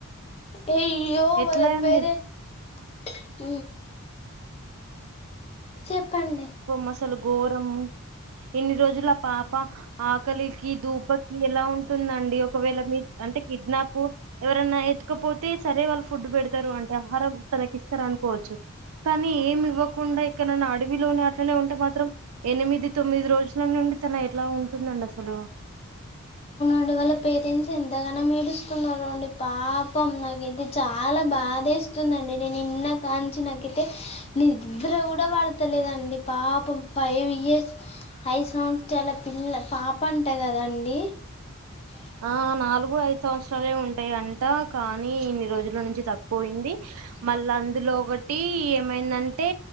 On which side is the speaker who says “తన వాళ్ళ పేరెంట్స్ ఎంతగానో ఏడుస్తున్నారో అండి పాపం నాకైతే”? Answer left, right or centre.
Left